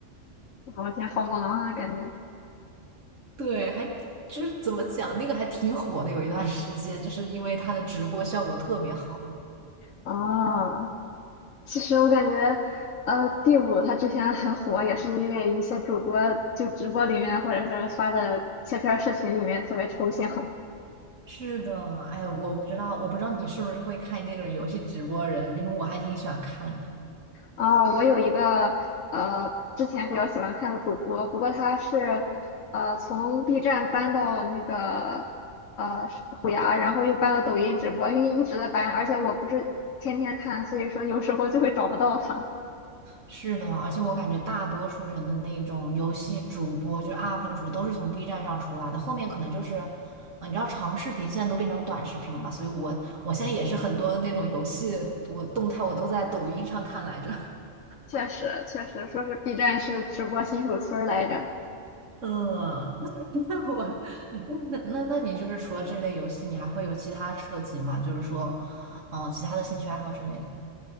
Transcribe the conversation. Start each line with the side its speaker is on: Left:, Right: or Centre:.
Left: 我天，好忙啊，感觉。
Right: 对，还就是怎么讲，那个还挺火的，有一段时间，就是因为它的直播效果特别好。
Left: 啊，其实我感觉，呃，第五他之前很火，也是因为一些主播就直播里面，或者是发的切片儿视频里面特别抽象。
Right: 是的，哎呀，我不知道，我不知道你是不是会看那种游戏直播人，因为我还挺喜欢看的。
Left: 啊、我有一个呃，之前比较喜欢看的主播，不过他是呃从 B 站搬到那个呃是虎牙，然后又搬到抖音直播，因为一直在搬，而且我不是天天看，所以说有时候就会找不到他。
Right: 是的，而且我感觉大多数人的那种游戏主播，就是 UP 主，都是从 B 站上出来的。后面可能就是，呃你知道长视频现在都变成短视频了嘛，所以我我现在也是很多那种游戏，我动态我都在抖音上看来着。<laughs>
Left: 确实，确实说是 B 站是直播新手村儿来着。
Right: 嗯，<laughs> 那我那那那你就是除了这类游戏，你还会有其他涉及吗？就是说，嗯，其他的兴趣爱好之类的。